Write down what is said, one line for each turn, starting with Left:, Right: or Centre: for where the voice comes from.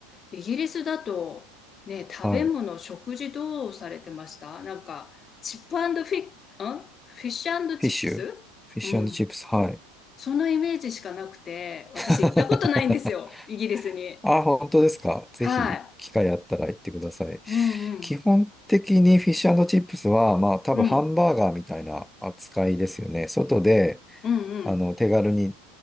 Left: イギリスだと、ね、食べ物、
Centre: はい。
Left: 食事どうされてましたなんか、チップフィッ、んフィッシュチップスうん。
Centre: フィッシュ。フィッシュチップス。はい。
Left: そのイメージしかなくて、私行ったことないんですよ。
Centre: <laughs>
Left: イギリスに。
Centre: あ本当ですか。ぜひ、
Left: はい。
Centre: 機会あったら行ってください。
Left: うんうん。
Centre: 基本的にフィッシュチップスは、まあ、多分ハンバーガーみたいな扱いですよね。
Left: うん。
Centre: 外で、
Left: うんうん。
Centre: あの、手軽に